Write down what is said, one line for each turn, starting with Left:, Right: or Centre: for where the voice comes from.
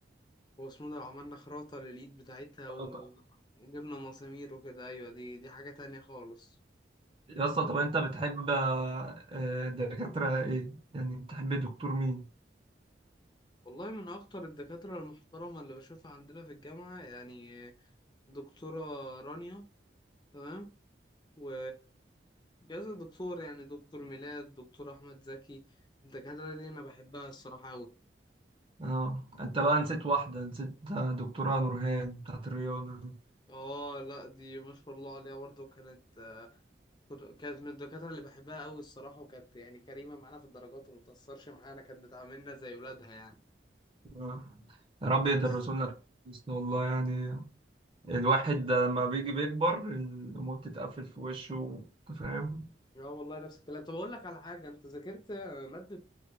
Left: واسمه ده عملنا خراطة للإيد بتاعتها و...
Right: آه طبعا.
Left: وجبنا مسامير وكده أيوة دي دي حاجة تانية خالص
Right: يا اسطى طب انت بتحب آه، آه، دكاترة ايه يعني بتحب دكتور مين
Left: والله من أخطر الدكاترة المحترمة اللي بشوفها عندنا في الجامعة يعني دكتورة رانيا تمام و كذا دكتور يعني دكتور ميلاد دكتور أحمد زكي الدكاترة دي أنا بحبها الصراحة أوي
Right: اه انت بقى نسيت واحدة نسيت آه، دكتورة نورهان بتاعت الرياضة دي
Left: اه لا دي ما شاء الله عليها برضه كانت كنت- كانت من الدكاترة اللي بحبها أوي الصراحة وكانت يعني كريمة معانا في الدرجات ومتأثرش معانا كانت بتعاملنا زي ولادها يعني
Right: آه. يا رب يدرسوا
Left: بس
Right: لنا كويس والله يعني الواحد لما بيجي بيكبر الأمور بتتقفل في وشه انت فاهم
Left: اه والله نفس الكلام طب اقول لك على حاجه انت ذاكرت ماده